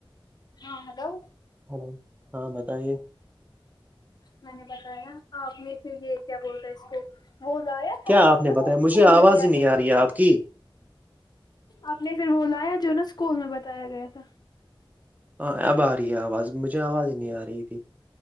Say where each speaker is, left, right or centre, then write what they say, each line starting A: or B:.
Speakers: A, on the left; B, on the right.
A: ہاں ہیلو
B: ہلو ہاں بتائیے
A: میں نے بتایا آپ نے پھر یہ کیا بولتا اس کو وہ لایا تھا
B: کیا آپ
A: جو
B: نے
A: نا
B: بتایا
A: وہ اسکول
B: مجھے آواز
A: میں دیا
B: ہی نہیں
A: تھا
B: آ رہی ہے آپ کی
A: آپ نے پھر بلایا جو نا اسکول میں بتایا گیا تھا
B: ہاں اب آ رہی ہے آواز مجھے آواز نہیں آ رہی تھی